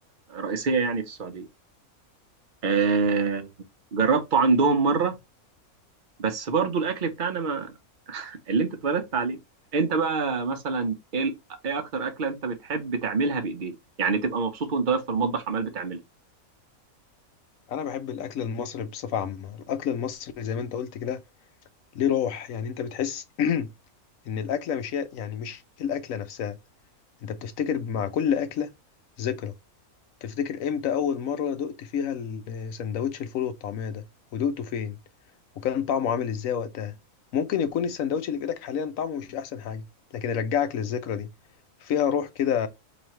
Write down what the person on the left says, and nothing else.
انا بحب الاكل المصري بصفة عامة الاكل المصري زي ما انت قلت كده ليه روح يعني انت بتحس <clears throat> ان الاكله مش هي يعني مش الاكله نفسها انت بتفتكر مع كل أكلة ذكرى تفتكر امتى أول مرة دقت فيها السندوتش الفول والطعمية ده ودقته فين وكان طعمه عامل ازاي وقتها ممكن يكون السندوتش اللي في ايدك حاليا طعمه مش احسن حاجة لكن يرجعك للذكرى دي فيها روح كده